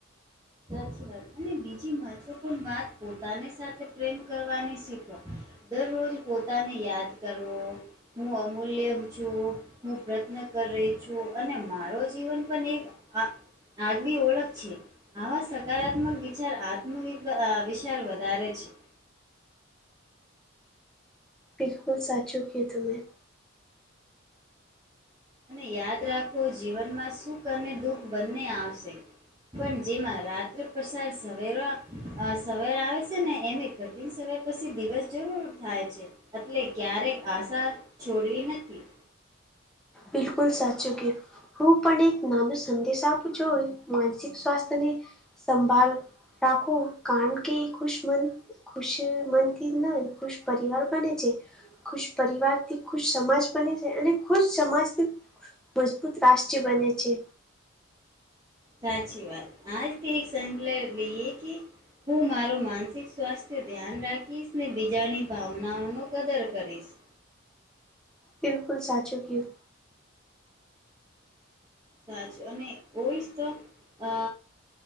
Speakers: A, on the right; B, in the centre.
A: સાચી વાત. અને બીજી મહત્વપૂર્ણ વાત પોતાની સાથે પ્રેમ કરવાની શીખવ્યું. દરરોજ પોતાને યાદ કરવું, હું અમૂલ્ય છું. હું પ્રયત્ન કરી રહી છું. અને મારો જીવન પણ એક આ, આગવી ઓલક છે. આવા સકારાત્મક વિચાર આત્મવિશ્વાસ ‌વિચાર વધારે છે.
B: બિલકુલ, સાચું કીધું મેં.
A: અને યાદ રાખો જીવનમાં સુખ અને દુઃખ બંને આવશે. પણ જેમાં રાત્રે પ્રસાર સવેરો અ સવેરે આવે છે ને એની કઠિન સમય પછી દિવસ જરૂર થાય છે. એટલે ક્યારેક આશા છોડવી નથી.
B: બિલકુલ સાચું કીધું. હું પણ એક નાનો સંદેશ આપું છું. જો માનસિક સ્વાસ્થ્ય ને સંભાળ રાખો કારણ કે ખુશ મન ખુશ મનથી ન ખુશ પરિવાર બને છે. ખુશ પરિવારથી ખુશ સમાજ બને છે. અને ખુશ સમાજ થી મજબૂત રાષ્ટ્ર બને છે.
A: સાચી વાત આજથી એક સંકલ્પ લઈ કે હું મારો માનસિક સ્વાસ્થ્ય ધ્યાન રાખીશને બીજાની ભાવનાઓનો કદર કરીશ.
B: બિલકુલ સાચો કયું.
A: સાચું અને હોય જ તો અ